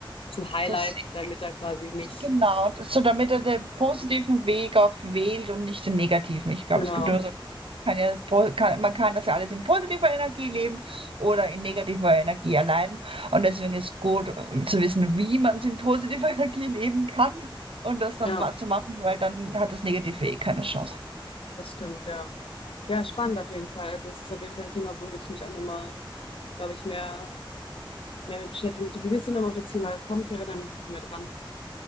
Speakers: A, on the left; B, on the right.
A: zu highlighten,
B: das,
A: damit er quasi nicht.
B: genau. So damit er den positiven Weg auch wählt und nicht den negativen. Ich glaube,
A: Genau,
B: es gibt nur so Kann ja, po- kann, man kann das ja alles in positiver Energie leben oder in negativer Energie erleiden. Und deswegen ist gut äh, zu wissen, wie man es in positiver <laughs> Energie leben kann und das dann
A: ja,
B: ma- zu machen, weil dann hat das Negative eh keine Chance.
A: das stimmt, ja. Ja, spannend auf jeden Fall. Also es ist auf jeden Fall ein Thema, womit ich mich auch nochmal, glaube ich, mehr, mehr mit beschäftigen möchte. Wie bist du nochmal auf das Thema gekommen? Ich erinnere mich nicht mehr dran.